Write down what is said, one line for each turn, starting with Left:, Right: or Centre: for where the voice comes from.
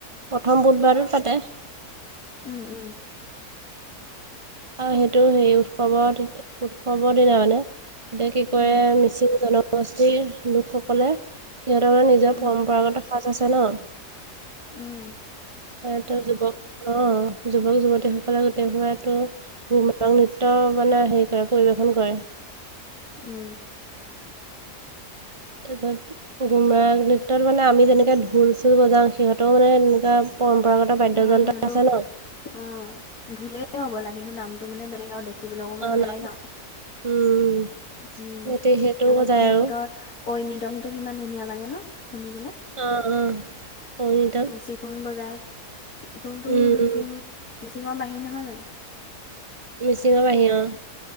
Right: প্ৰথম বুধবাৰটোত পাতে।
Left: উমঁ উমঁ!
Right: আৰু সেইটো সেই উৎসৱৰ উৎসৱৰ দিনা মানে এতিয়া কি কয়‌
Left: উম,
Right: মি- মিচিং জনগোষ্ঠীৰ লোকসকলে সিহঁতৰ নিজৰ
Left: উম,
Right: পৰম্পৰাগত সাজ আছে ন।
Left: উমঁ!
Right: হেতো যুৱক আহ যুৱক যুৱতীসকলে গোটেই হোৱাতো। গুমৰাগ নৃত্য মানে হেৰি কৰে পৰিৱেশন কৰে।
Left: উমঁ!
Right: কি কৰিম। গুমৰাগ নৃত্যত মানে আমি যেনেকে ঢোল চোল বজাওঁ সিহঁতেও মানে এনেকুৱা পৰম্পৰাগত বাদ্যযন্ত্ৰ
Left: অঁ সিহঁতো
Right: আছে ন
Left: অঁ ঢোলেই হ'বলা কিন্তু নামটো মানে বেলেগ আৰু দেখি দেখিবলৈ অকমান
Right: অ',
Left: বেলেগ
Right: নাম
Left: আও
Right: উম।
Left: উমঁ
Right: সিহঁতি সেইটো
Left: আকৌ
Right: যায়
Left: সিহঁতৰ
Right: আৰু।
Left: ঐনিতমটো কিমান ধুনীয়া লাগে ন শুনিবলে।
Right: অঁম অঁম ঐনিতম
Left: চিফুং বজাই চিফুং টো
Right: উম,
Left: মিচিং
Right: উম
Left: মিচিংঙৰ বাহী নহয় জানো?
Right: মিচিংঙৰ বাহি অহ!